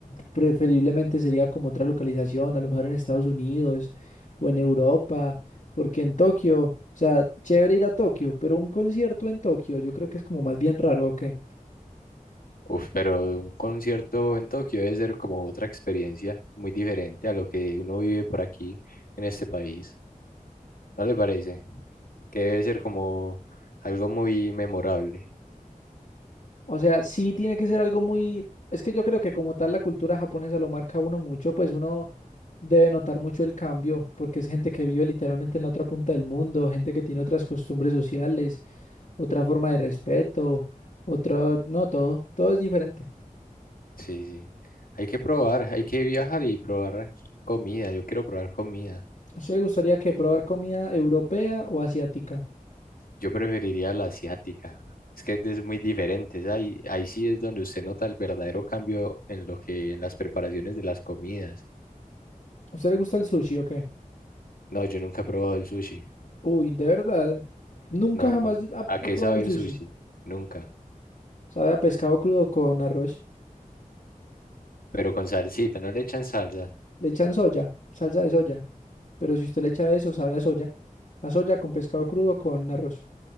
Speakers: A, on the left; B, on the left.
A: preferiblemente sería como otra localización, a lo mejor en Estados Unidos o en Europa, porque en Tokio, o sea, chévere ir a Tokio, pero un concierto en Tokio yo creo que es como más bien raro, ¿o qué?
B: Uf, pero un concierto en Tokio debe ser como otra experiencia muy diferente a lo que uno vive por aquí en este país. ¿No le parece? Que debe ser como algo muy memorable.
A: O sea, sí tiene que ser algo muy, es que yo creo que como tal la cultura japonesa lo marca a uno mucho, pues uno debe notar mucho el cambio, porque es gente que vive literalmente en la otra punta del mundo, gente que tiene otras costumbres sociales. otra forma de respeto, otro, no, todo, todo es diferente.
B: Sí, sí. Hay que probar, hay que viajar y probar comida. Yo quiero probar comida.
A: ¿A usted le gustaría que probar comida europea o asiática?
B: Yo preferiría la asiática. Es que es muy diferente. es Ahí, ahí sí es donde usted nota el verdadero cambio en lo que, en las preparaciones de las comidas.
A: ¿A usted le gusta el sushi o qué?
B: No, yo nunca he probado el sushi.
A: Uy, de verdad, nunca
B: No,
A: jamás
B: no.
A: ha ha
B: ¿A qué
A: probado
B: sabe
A: el
B: el
A: sushi.
B: sushi? Nunca.
A: Sabe a pescado crudo con arroz.
B: Pero con salsita, no le echan salsa,
A: Le echan soya, salsa de soya, pero si usted le echa eso, sabe a soya. A soya con pescado crudo con arroz.